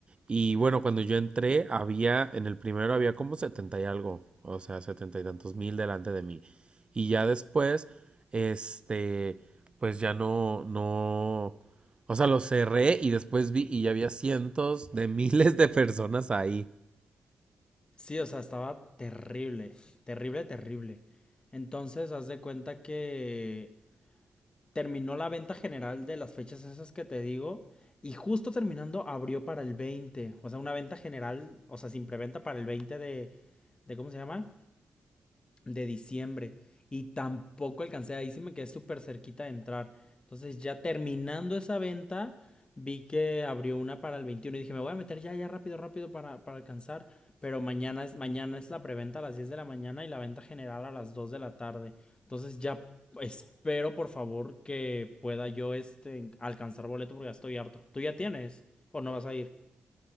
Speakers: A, on the right; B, on the left.
A: y bueno, cuando yo entré, había, en el primero había como 70 y algo, o sea, setenta y tantos mil delante de mí. Y ya después, este, pues ya no, no, o sea, lo cerré y después vi y ya había cientos de <laughs> miles de personas ahí.
B: Sí, o sea, estaba terrible, terrible, terrible. Entonces, haz de cuenta que terminó la venta general de las fechas esas que te digo. Y justo terminando abrió para el veinte O sea, una venta general, o sea, sin preventa para el 20 de, de ¿cómo se llama? de diciembre y tampoco alcancé, ahí sí me quedé súper cerquita de entrar. Entonces ya terminando esa venta, vi que abrió una para el 21 y dije, me voy a meter ya, ya rápido, rápido para, para alcanzar. Pero mañana es, mañana es la preventa a las 10 de la mañana y la venta general a las 2 de la tarde. Entonces ya espero, por favor, que pueda yo este, alcanzar boleto porque ya estoy harto. ¿Tú ya tienes o no vas a ir?